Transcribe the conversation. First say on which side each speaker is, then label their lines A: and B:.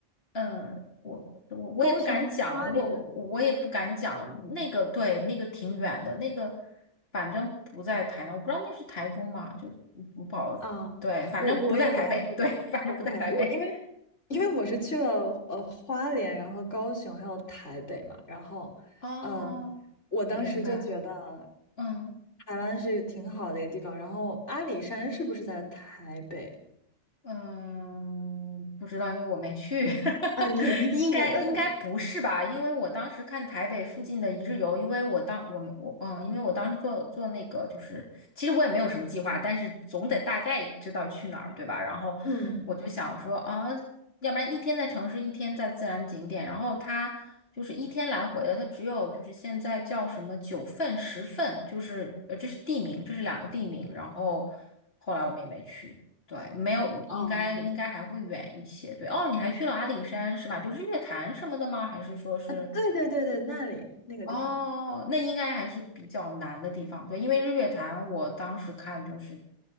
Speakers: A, on the left; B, on the left.
A: 嗯、我我我也不敢讲，
B: 高雄花莲。
A: 我我我也不敢讲那个，对，那个挺远的，那个反正不在台南，我不知道那是台中吗？就不不好，
B: 啊，
A: 对，反正不在台北，
B: 我我也不太记得了。
A: 对，<laughs> 反正不在台北。
B: OK，我因为因为我是去了呃花莲，然后高雄还有台北嘛，然后呃
A: 哦，
B: 我当时就觉得
A: 明白。嗯。
B: 台湾是挺好的一个地方。然后阿里山是不是在台北
A: 嗯，不知道，因为我没去，<laughs>
B: 啊？你也没去，
A: 应该应该不是吧？
B: 那你
A: 因为我当时看台北附近的一日游，因为我当我们我嗯，因为我当时做做那个，就是其实我也没有什么计划，但是总得大概知道去哪儿，对吧？然后我就想说啊，
B: 嗯
A: 要不然一天在城市，一天在自然景点，然后它就是一天来回的，它只有就是现在叫什么九份、十份，就是呃，这是地名，这是两个地名，然后后来我们也没去。对，没有，
B: 哦
A: 应该应该还会远一些。对，哦，你还去了阿里山是吧？就日月潭什么的吗？还是说是？
B: 啊，对对对对，那里那个地方，
A: 哦，那应该还是比较难的地方。对，因为日月潭我当时看就是，